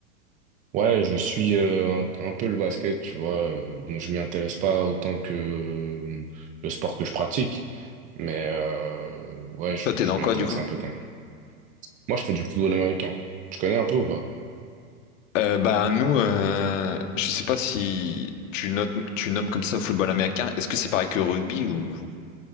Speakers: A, on the right; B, on the left.
A: Ouais, je suis euh, un, un peu le basket, tu vois. euh, Bon, je m'y intéresse pas autant que euh, le sport que je pratique, mais euh, ouais, je,
B: Toi, t'es
A: je
B: dans
A: m'y
B: quoi
A: intéresse
B: du coup?
A: un peu quand même. Moi, je fais du football américain. Tu connais un peu ou pas?
B: Euh, bah nous, euh, je sais pas si tu notes, tu nommes comme ça football américain. Est-ce que c'est pareil que rugby ou